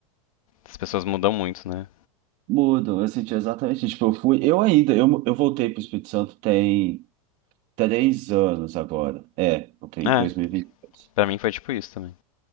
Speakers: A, on the left; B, on the right.
A: As pessoas mudam muito, né?
B: mudam. Eu senti exatamente, tipo, eu fui, eu ainda, eu, eu voltei para o Espírito Santo tem três anos agora. É, ok,
A: É,
B: 2020.
A: pra mim foi tipo isso também.